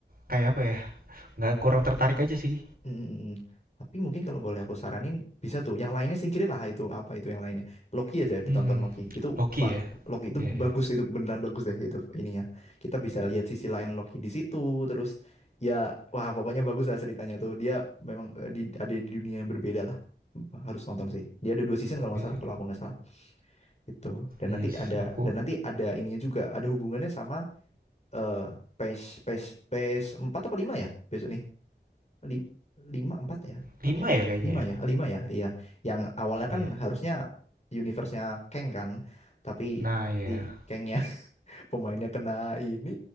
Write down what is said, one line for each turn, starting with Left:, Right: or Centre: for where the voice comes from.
Right: kayak apa ya, nggak kurang tertarik aja sih.
Left: Mm, mm, mm. Tapi mungkin kalau boleh aku saranin bisa tuh. Yang lainnya singkirin lah itu apa itu yang lainnya. Loki aja ditonton
Right: Mhm,
Left: Loki. Itu
Right: Loki
Left: wah
Right: ya?
Left: Loki itu
Right: Iya iya.
Left: bagus itu beneran bagus deh itu ininya. Kita bisa lihat sisi lain Loki di situ terus ya wah pokoknya bagus lah ceritanya tuh. Dia memang eh, di, ada di dunia yang berbeda lah. Harus nonton sih. Dia ada dua season kalau
Right: I
Left: nggak salah kalau aku nggak salah gitu. Dan
Right: iya
Left: nanti
Right: sih,
Left: ada
Right: aku
Left: dan nanti ada ininya juga ada hubungannya sama eh PES PES PES 4 apa 5 ya besok nih. Lim- lima empat ya empat
Right: 5
Left: ya
Right: ya kayaknya
Left: lima
Right: ya?
Left: ya lima ya iya yang awalnya
Right: Iya.
Left: kan harusnya universe-nya Kang kan tapi
Right: Nah iya,
Left: si Kangnya <laughs> pemainnya kena ini